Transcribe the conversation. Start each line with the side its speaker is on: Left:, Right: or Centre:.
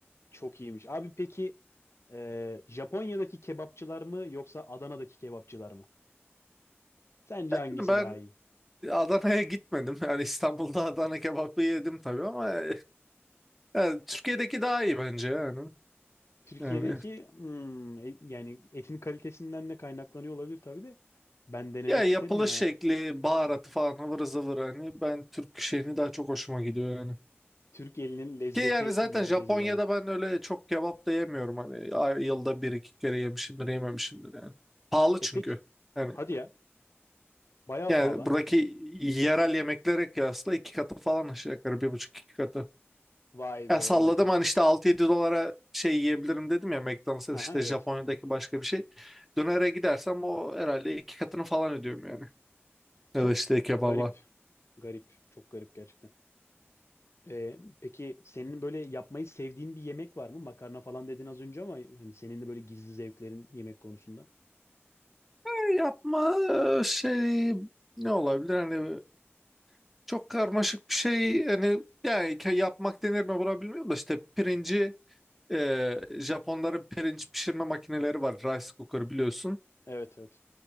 Left: Çok iyiymiş. Abi peki e, Japonya'daki kebapçılar mı yoksa Adana'daki kebapçılar mı? Sence
Centre: Yani
Left: hangisi
Centre: ben
Left: daha iyi?
Centre: Adana'ya gitmedim. Yani İstanbul'da <laughs> Adana kebabı yedim tabii ama <laughs> yani Türkiye'deki daha iyi bence yani.
Left: Türkiye'deki
Centre: Yani
Left: hmm, e- yani etin kalitesinden de kaynaklanıyor olabilir tabii de ben denemek
Centre: ya yapılış
Left: isterim ya.
Centre: şekli, baharatı falan ıvır zıvır hani ben Türk şeyini daha çok hoşuma gidiyor yani.
Left: Türk elinin lezzeti
Centre: Ki yani zaten
Left: mi diyeceğiz
Centre: Japonya'da
Left: o zaman?
Centre: ben öyle çok kebap da yemiyorum hani ay- yılda bir iki kere yemişimdir yememişimdir yani. Pahalı
Left: E
Centre: çünkü.
Left: peki
Centre: Yani
Left: hadi ya bayağı
Centre: Yani
Left: pahalı.
Centre: buradaki yerel yemeklere kıyasla iki katı falan aşağı yukarı bir buçuk iki katı.
Left: Vay
Centre: Ya
Left: be
Centre: salladım
Left: olan Türk.
Centre: hani işte altı yedi dolara şey yiyebilirim dedim ya McDonald's'ta
Left: Aha,
Centre: işte
Left: evet.
Centre: Japonya'daki başka bir şey. Dönere gidersem o herhalde iki katını falan ödüyorum yani.
Left: Çok
Centre: Ya da işte kebaba.
Left: garip. Garip. Çok garip gerçekten. Ee, peki senin böyle yapmayı sevdiğin bir yemek var mı? Makarna falan dedin az önce ama hani senin de böyle gizli zevklerin yemek konusunda.
Centre: E, Yapma e, şey ne olabilir hani çok karmaşık bir şey hani yani ke- yapmak denir mi buna bilmiyorum da işte pirinci Ee, Japonların pirinç pişirme makineleri var, rice cooker biliyorsun.
Left: Evet evet.